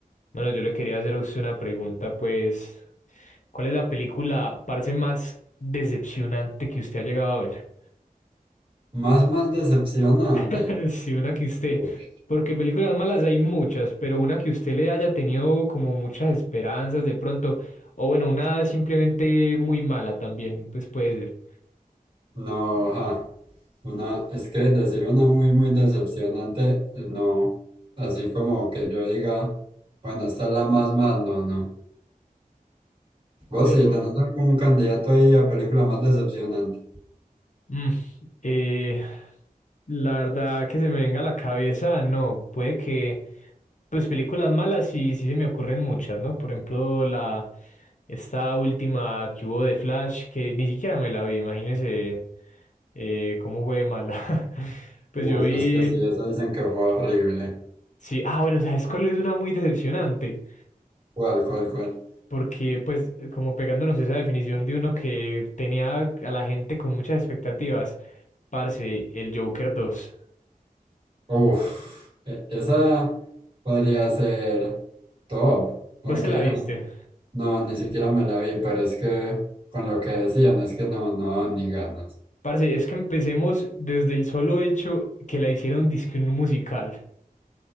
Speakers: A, on the left; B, on the right.
A: Mano, yo le quería hacer a usted una pregunta, pues, ¿cuál es la película, parce, más decepcionante que usted ha llegado a ver?
B: Más, más decepcionante.
A: <laughs> Sí, una que usted,
B: Uf,
A: porque películas malas hay muchas, pero una que usted le haya tenido como muchas esperanzas de pronto, o bueno, una simplemente muy mala también, pues puede ser.
B: No, ja. Una, es que decir una muy, muy decepcionante, eh, no. Así como que yo diga, bueno, esta es la más, más, no, no. Vos
A: Pero
B: sí, tenés algún candidato ahí a película más decepcionante.
A: Mm, eh, la verdad que se me venga a la cabeza, no, puede que, pues películas malas sí, sí se me ocurren muchas, ¿no? Por ejemplo, la, esta última que hubo de Flash, que ni siquiera me la vi, imagínese eh, cómo fue de mala. <laughs> Pues
B: Uf,
A: yo vi,
B: es que sí, esa dicen que fue horrible.
A: sí, ah, bueno, ¿sabes cuál es una muy decepcionante?
B: ¿Cuál, cuál, cuál?
A: Porque pues como pegándonos esa definición de uno que tenía a la gente con muchas expectativas, parce, el Joker dos
B: Uf, e- esa podría ser top. Porque,
A: Vos te la viste.
B: No, ni siquiera me la vi, pero es que con lo que decían es que no, no daban ni ganas.
A: Parce, es que empecemos desde el solo hecho que la hicieron disque un musical.